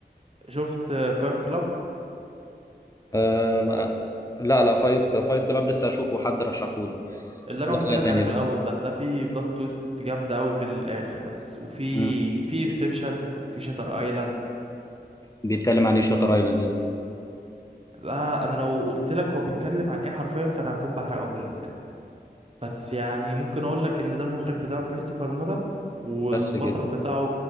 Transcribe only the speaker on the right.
شفت فايت كلاب
ده
اللي انا
قلت لك
عليه في
الاول ده ده في بلوت تويست جامده قوي في الاخر بس وفي
في انسبشن وفي شاتر ايلاند
ده انا لو قلت لك هو بيتكلم عن ايه حرفيا فانا هكون بحرقه لك بس يعني ممكن اقول لك ان ده المخرج بتاعه كريستوفر نولان والبطل
بتاعه